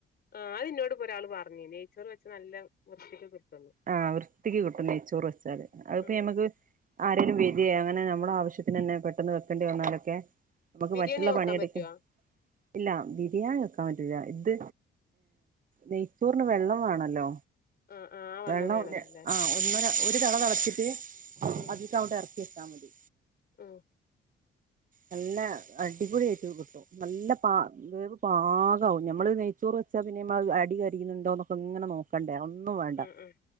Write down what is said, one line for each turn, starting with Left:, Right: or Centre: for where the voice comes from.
Left: ആ അത് ഇന്നോട് ഒരാള് ഇപ്പ പറഞ്ഞ് നെയ്ചോറ് വെച്ച നല്ല വൃത്തിക്ക് കിട്ടുന്ന്
Right: ആ വൃത്തിക്ക്‌ കിട്ടും നെയ്‌ച്ചോറ് വെച്ചാല് അതുപ്പോ
Left: ഉം
Right: നമ്മക്ക് ആരേലും വരേ അങ്ങ ന്നെ നമ്മുടെ ആവശ്യത്തിനെന്നെ പെട്ടന്ന് വെക്കെണ്ടി വന്നാലൊക്കെ നമുക്ക്
Left: ബിരിയാണി
Right: മറ്റുള്ള
Left: വെക്കാൻ
Right: പണിയെടുക്ക
Left: പറ്റോ
Right: ഇല്ല ബിരിയാണി വെക്കാൻ പറ്റൂല ഇത് നെയ്‌ച്ചോറിന് വെള്ളം വേണല്ലോ
Left: ആഹ് ആഹ് ആ വെള്ളം
Right: വെള്ളണ്ട്
Left: വേണല്ലേ
Right: ആ ഒന്നു ര ഒരു തെള തെളക്കുമ്പോ കിട്ടീ
Left: ഉം
Right: അതീക്കണ്ട് ഇറക്കി വെച്ച് ഇട്ടാമതി
Left: ഉം
Right: നല്ല അടിപൊളി ആയിട്ട് കിട്ടും നല്ല പാ വേവ് പാകാവും നമ്മള് നെയ്‌ച്ചോറ് വെച്ചാല് പിന്നെ അടി കരിയുന്നുണ്ടോ ന്നൊക്കെ ഇങ്ങനെ നോക്കണ്ടേ ഒ ന്നും വേണ്ടാ
Left: ഉം ഉം